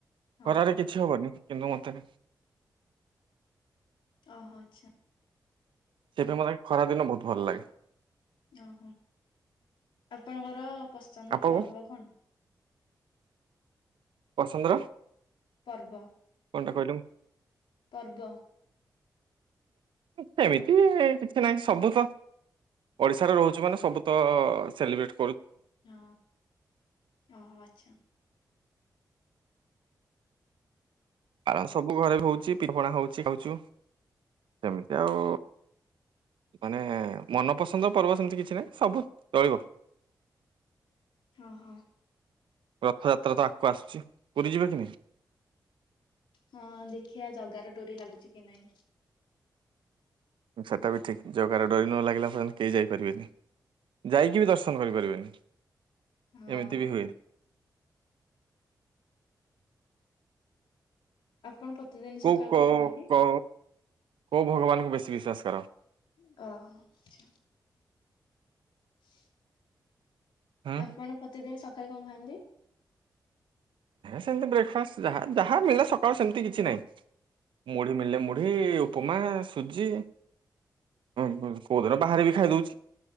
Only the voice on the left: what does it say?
ଓହୋ
ଓହୋ ଆଚ୍ଛା।
ଓହୋ ଆପଣଙ୍କର ପସନ୍ଦର
ପର୍ବ କଣ?
ପର୍ବ
ପର୍ବ
ହଁ ଓହୋ ଆଛା
ହଁ ହଁ
ହଁ ଦେଖିଆ ଜଗାର ଡୋରି ଲାଗୁଛି କି ନଇଁ।
ହଁ
ଆପଣ ପ୍ରତିଦିନ ସକାଳେ
କଣ ଖାଆନ୍ତି?
ଓହୋ। <inaudible>
ଆପଣ ପ୍ରତିଦିନ ସକାଳେ କଣ ଖାଆନ୍ତି?